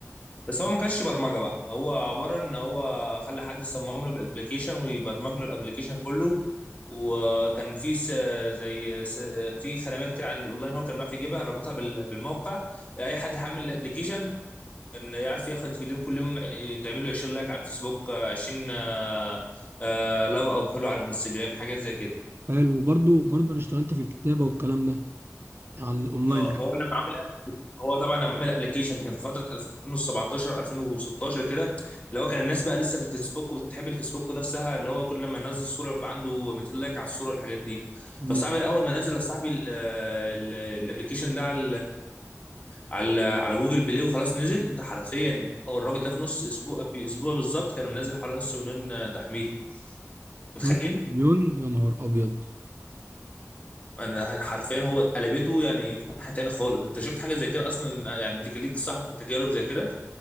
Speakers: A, on the left; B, on the right.
A: بس هو ما كانش برمجه بقى هو عباره ان هو خلى حد يصمم له الابلكيشن ويبرمج له الابلكيشن كله وكان في س... زي س... في خدمات كده على الاونلاين هو كان بيعرف يجيبها رابطها بال... بالموقع اي حد حامل الابلكيشن كان يعرف ياخد فيديو كل يوم تعمل له 20 لايك على الفيسبوك 20 آه، آه، لاف او فولو على الانستجرام حاجات زي كده
B: حلو وبرضو برضو انا اشتغلت في الكتابة والكلام ده على الاونلاين
A: اه هو لما عمل هو طبعا لما عمل ابلكيشن كان في فتره 2017 2016 كده اللي هو كان الناس بقى لسه في الفيسبوك وبتحب الفيسبوك نفسها اللي هو كل ما ينزل صوره يبقى عنده 200 لايك على الصوره والحاجات دي
B: مم.
A: فصاحبي اول ما نزل يا صاحبي ال- ال- الابلكيشن ده على على على جوجل بلاي وخلاص نزل انت حرفيا هو الراجل ده في نص اسبوع في اسبوع بالظبط كان منزل حوالي نص مليون آه، تحميل متخيل
B: نص مليون يا نهار ابيض
A: انا حرفيا هو قلبته يعني في ناحيه تاني خالص انت شفت حاجه زي كده اصلا يعني ليك ليك صاحب تجارب زي كده